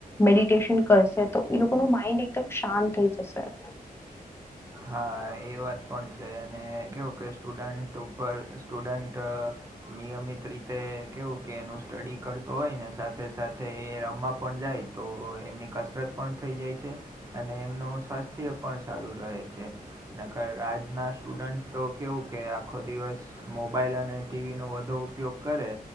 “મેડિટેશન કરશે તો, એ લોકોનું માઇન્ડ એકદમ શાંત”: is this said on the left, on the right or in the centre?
Left